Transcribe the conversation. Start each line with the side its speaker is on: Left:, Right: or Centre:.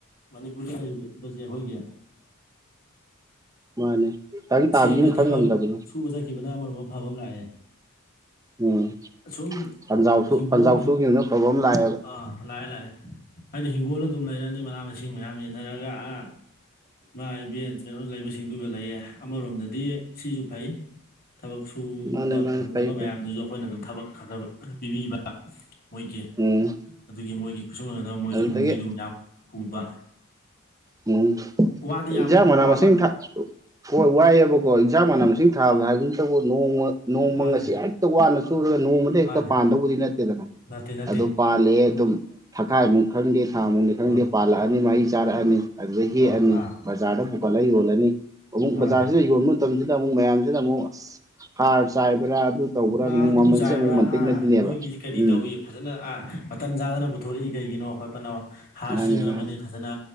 Left: ꯃꯅꯤꯄꯨꯔꯗ ꯂꯩꯕꯁꯦ ꯈ‌ꯣꯏꯒꯤ
Right: ꯃꯥꯅꯦ ꯇꯪ ꯇꯥꯕꯤ
Left: ꯁꯦꯡꯅ
Right: ꯑꯃ ꯈꯪ
Left: ꯊꯕꯛ
Right: ꯉꯝꯗꯕꯤꯗꯣ
Left: ꯁꯨꯕ ꯆꯠꯈꯤꯕꯅ ꯑꯃꯔꯣꯝꯗ ꯐꯕ ꯑꯃ ꯂꯥꯛꯑꯦ
Right: ꯎꯝ
Left: ꯑ ꯁꯨꯝ
Right: ꯄꯟꯖꯥꯎꯁꯨ
Left: ꯍꯤꯡꯒꯣꯟ
Right: ꯄꯟꯖꯥꯎ ꯁꯨꯈꯤꯕꯅ ꯑꯐꯕ ꯑꯃ ꯂꯥꯛꯑꯦꯕ
Left: ꯑꯥ ꯂꯥꯛꯑꯦ ꯂꯥꯛꯑꯦ ꯑꯩꯗꯤ ꯍꯤꯡꯒꯣꯜ ꯑꯗꯨꯝ ꯂꯩꯔꯅꯤ ꯃꯅꯥ ꯃꯁꯤꯡ ꯃꯌꯥꯝ ꯌꯦꯟꯅꯔꯒ ꯑ ꯏꯃꯥ ꯏꯕꯦꯟ ꯀꯩꯅ‌ꯣ ꯂꯩꯕꯁꯤꯡꯗꯨꯒ ꯂꯩꯌꯦ ꯑꯃꯔꯣꯝꯗꯗꯤ ꯁꯤꯁꯨ ꯐꯩ ꯊꯕꯛ ꯁꯨꯕ
Right: ꯃꯥꯅꯦ ꯃꯥꯅꯦ
Left: ꯐꯪꯗꯕ
Right: ꯐꯩ ꯐꯩ
Left: ꯃꯌꯥꯝꯗꯨꯁꯨ ꯑꯩꯈꯣꯏꯅ ꯑꯗꯨꯝ ꯊꯕꯛ ꯈꯔ ꯈꯔ ꯄꯤꯕꯤꯕ ꯃꯣꯏꯒꯤ
Right: ꯎꯝ
Left: ꯑꯗꯨꯒꯤ ꯃꯣꯏꯒꯤ ꯈꯨꯠꯁꯨꯃꯟꯗ‌ꯣ ꯃꯣꯏꯁꯨ
Right: ꯑꯗꯨꯗꯒꯤ
Left: ꯏꯃꯨꯡꯒꯤ ꯑꯗꯨꯝ ꯌꯥꯝ ꯄꯨꯕ
Right: ꯎꯝ
Left: ꯋꯥꯗꯤ ꯌꯥꯝ
Right: ꯏꯟꯖꯥꯡ ꯃꯅꯥ
Left: ꯋꯥꯕ
Right: ꯃꯁꯤꯡ ꯊꯥ ꯍꯣꯏ ꯋꯥꯏꯑꯦꯕꯀꯣ ꯑꯦꯟꯖꯥꯡ ꯃꯅꯥ ꯃꯁꯤꯡ ꯊꯥꯕ ꯍꯥꯏꯕꯁꯤꯇꯕꯨ ꯅꯣꯡꯃ ꯅꯣꯡꯃ
Left: ꯃꯥꯅꯦ
Right: ꯉꯁꯤ ꯍꯦꯛꯇ ꯋꯥꯅ ꯆꯨꯔꯒ ꯅꯣꯡꯃꯗ ꯍꯦꯛꯇ
Left: ꯃꯥꯅꯦ
Right: ꯄꯥꯟꯗꯧꯕꯗꯤ ꯅꯠꯇꯦꯗꯅ
Left: ꯅꯠꯇꯦ ꯅꯠꯇꯦ
Right: ꯑꯗ‌ꯣ ꯄꯥꯟ ꯂꯛꯑꯦ ꯑꯗꯨꯝ ꯊꯈꯥꯏꯃꯨꯛ ꯈꯪꯗꯦ ꯊꯥꯃꯨꯛꯅꯤ ꯈꯪꯗꯦ
Left: ꯍꯣꯏ
Right: ꯄꯥꯜꯂꯛꯑꯅꯤ ꯃꯍꯩ ꯆꯥꯔꯛꯑꯅꯤ ꯑꯗꯨꯗ ꯍꯦꯛꯑꯅꯤ
Left: ꯍꯣꯏ ꯑꯥ
Right: ꯕꯖꯥꯔꯗ ꯄꯨꯈꯠꯂ ꯌꯣꯜꯂꯅꯤ ꯑꯃꯨꯛ
Left: ꯃꯥꯅꯦ
Right: ꯕꯖꯥꯔꯁꯤꯗ ꯌꯣꯟꯕ ꯃꯇꯝꯁꯤꯗ ꯑꯃꯨꯛ ꯃꯌꯥꯝꯁꯤꯅꯃꯨꯛ ꯍꯥꯔ ꯆꯥꯏꯕ꯭ꯔꯥ ꯑꯗꯨ ꯇꯧꯕ꯭ꯔꯥ
Left: ꯑꯥ
Right: ꯑꯃꯨꯛ
Left: ꯑꯗꯨ
Right: ꯃꯃꯟꯁꯦ
Left: ꯆꯥꯏꯕ꯭ꯔꯥ
Right: ꯑꯃꯨꯛ ꯃꯟꯇꯤꯛꯅꯗꯨꯏꯅꯦꯕ
Left: ꯑꯥ ꯅꯣꯏꯒꯤ ꯀꯔꯤ
Right: ꯎꯝ
Left: ꯇꯧꯏ ꯐꯖꯅ ꯃꯇꯝ ꯆꯥꯗꯅ ꯄꯨꯊꯣꯔꯛꯏ ꯀꯩꯒꯤꯅꯣ ꯈꯣꯠꯄꯅꯣ ꯍꯥꯔ
Right: ꯃꯥꯅꯦ
Left: ꯁꯤꯖꯤꯟꯅꯔꯝꯒꯅꯤ
Right: ꯃꯥꯅꯦ
Left: ꯐꯖꯅ